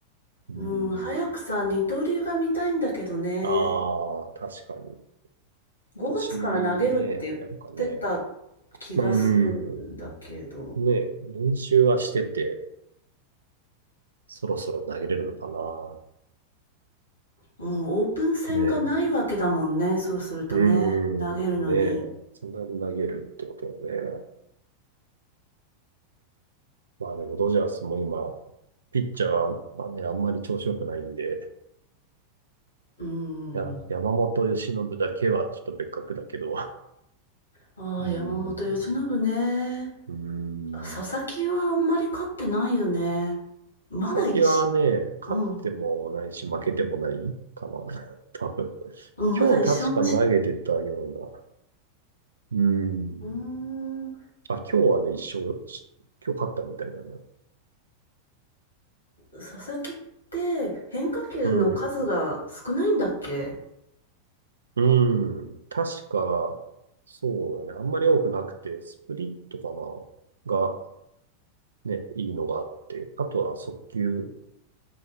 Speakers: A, on the right; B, on the left.
A: うん。
B: うん、早くさ、二刀流が見たいんだけどね。
A: ああ、確かに。
B: 5月から投げるって言ってた
A: 年ね、やるかね。
B: 気がするんだけど。
A: うん。ねえ、練習はしてて、そろそろ投げれるのかな。
B: うん、オープン戦がないわけだもんね。
A: ねえ。
B: そうするとね、
A: うーん、
B: 投げるのに。
A: ねえ。そんなに投げるってことで、まあでもドジャースも今、ピッチャーはね、あんまり調子良くないんで、
B: うん。
A: や、山本由伸だけはちょっと別格だけど、う
B: ああ、
A: ーん、
B: 山本由伸ね。
A: うーん。
B: あ佐々木はあんまり勝ってないよね。まだ一し、
A: 先はね、勝ってもないし負けてもないかな、
B: うん、
A: <laughs> 多分。
B: うん、まだ一勝もし、
A: 今日確か投げてたような、うーん。
B: うーん、
A: あ、今日はね、一勝し、今日勝ったみたいだな。
B: 佐々木って変化球の数が少ないんだっけ
A: うん。うん。確か、そうだね。あんまり多くなくて、スプリットかなが、ね、いいのがあって、あとは速球